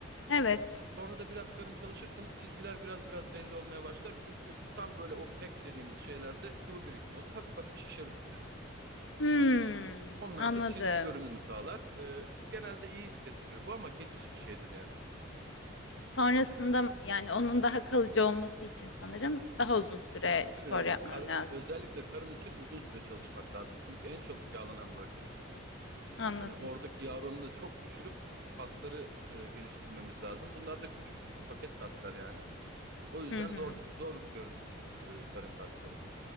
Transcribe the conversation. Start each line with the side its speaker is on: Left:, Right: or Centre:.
Left: Evet.
Right: Sonra da biraz karın çalışırsanız çizgiler biraz biraz belli olmaya başlar. Çünkü tam böyle o pek dediğimiz şeylerde sıvı birikim olur. Hafif hafif şişer üstleri.
Left: Hmm,
Right: Onlar
Left: anladım.
Right: da çizgi görünümü sağlar. E, genelde iyi hissettirir bu ama geçici bir şeydir yani.
Left: Sonrasında yani onun daha kalıcı olması için sanırım daha uzun süre spor
Right: e,
Left: yapmam
Right: kar-
Left: lazım.
Right: özellikle karın için uzun süre çalışmak lazım. Çünkü en çabuk yağlanan bölge.
Left: Anladım.
Right: Hani oradaki yağ oranını çok düşürüp kasları e, geliştirmemiz lazım. Bunlar da küçük küçük paket kaslar yani. O yüzden
Left: Hı hı.
Right: zor zor görünür e, karın kasları.